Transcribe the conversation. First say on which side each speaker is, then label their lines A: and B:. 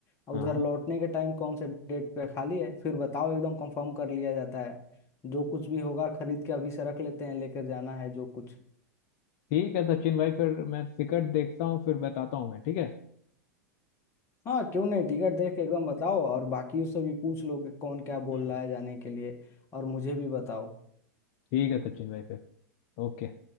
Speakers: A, on the left; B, on the left.
A: और
B: हाँ
A: उधर
B: हाँ
A: लौटने के टाइम कौन से डेट पे खाली है फिर बताओ एकदम कंफर्म कर लिया जाता है जो कुछ भी होगा खरीद के अभी से रख लेते हैं लेकर जाना है जो कुछ
B: ठीक है सचिन भाई फिर मैं टिकट देखता हूँ फिर बताता हूँ मैं ठीक है
A: हाँ क्यों नहीं टिकट देख के एकदम बताओ और बाकियों से भी पूछ लो कि कौन क्या बोल
B: हम्म
A: रहा है जाने के लिए और मुझे भी बताओ
B: ठीक है सचिन भाई फिर ओके